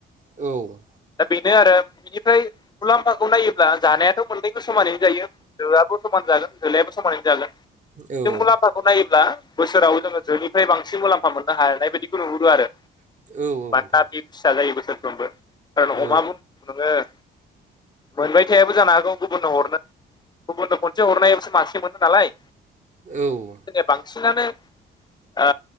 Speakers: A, on the right; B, on the left.
A: औ
B: दा बेनो आरो बेनिफ्राय मुलाम्फाखौ नायोब्ला जानायाथ' मोननैखौ समानै जायो। जोआबो समान जागोन जोलायाबो समानै जागोन किनतु
A: औ
B: मुलाम्फा खौ नायोब्ला बोसोराव जोङो जोनिफ्राय बांसिन मुलाम्फा मोननो हानाय बायदिखौ नुहुरो आरो
A: औ औ
B: मानोना
A: नोंथां
B: बि फिसा जायो बोसोरफ्रोमबो खारन
A: औ
B: अमा बुं नोङो <unintelligible> मोनबाय थाबो जानो हागौ गुबुननो हरनो गुबुननो खनसे हरनायावसो मासे मोनो नालाय
A: औ
B: माने बांसिनानो ओ